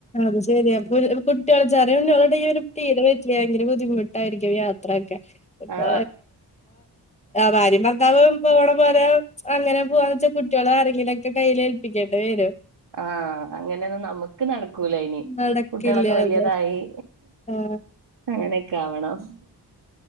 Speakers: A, on the left (about 15°); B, on the right (about 70°).
A: അത് ശരി അപ്പൊ കുട്ടിയോട് ചെറിയ <unintelligible> തീരം പറ്റൂല ഭയങ്കര ബുദ്ധിമു യിരിക്കും യാത്രൊക്കെ ഇപ്പൊ
B: ആ
A: ഭാര്യ ഭർത്താവും. പോകണ പോലെ അങ്ങനെ പോവാന്ന് വെച്ചാൽ കുട്ടികളെ ആരെങ്കിലുക്കെ കയ്യില് ഏൽപ്പിക്കേണ്ടി വരും.
B: ആഹ് അങ്ങനെന്നും നമ് ക്ക് നടക്കൂലയ്ന്
A: നടക്കില്ലാതെ
B: കുട്ട്യാളൊക്കെ വല്യേതായി.
A: ആഹ്
B: അങ്ങനെക്കാവണം